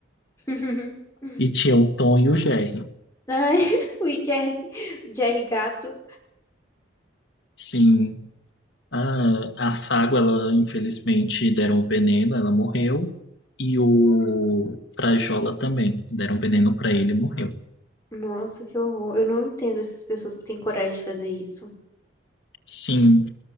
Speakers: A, on the left; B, on the left.
A: <laughs>
B: e tinha o Tom e o Jerry.
A: Ai, <laughs> o Jerry, o Jerry Gato.
B: Sim, a, a Ságua, ela infelizmente deram veneno, ela morreu. E o Frajola também, deram veneno para ele e morreu.
A: Nossa, que horror. Eu não entendo essas pessoas que têm coragem de fazer isso.
B: Sim,